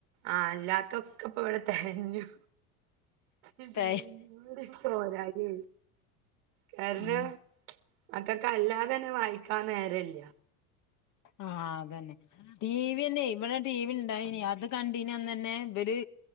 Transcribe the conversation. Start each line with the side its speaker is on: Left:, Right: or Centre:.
Right: ആഹ അല്ലാത്തൊക്കെ ഇപ്പൊ ഇവിടെഹ് ഹ് തെകഞ്ഞു ഇ <unintelligible>
Left: തേ
Right: പോരായി കാരണം
Left: ഉം
Right: മക്കക്ക്ല്ലാതെന്നെ വായിക്കാൻ നേരല്ല
Left: ആഹ് അതന്നെ ടി വിന്നെ ഇവിടെ ടി വി ഇണ്ടായിനി അത് കണ്ടീന്നന്ന്ന്നെ ഇവര്